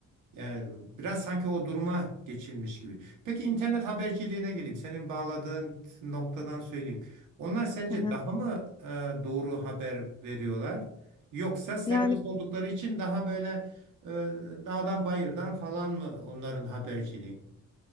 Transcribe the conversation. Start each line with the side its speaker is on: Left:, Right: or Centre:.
Right: Yani biraz sanki o duruma geçilmiş gibi. Peki internet haberciliğine geleyim. Senin bağladığın noktadan söyleyeyim. Onlar sence
Left: Hı hı.
Right: daha mı e, doğru haber veriyorlar? Yoksa serbest
Left: Yani
Right: oldukları için daha böyle e, dağdan bayırdan falan mı onların haberciliği?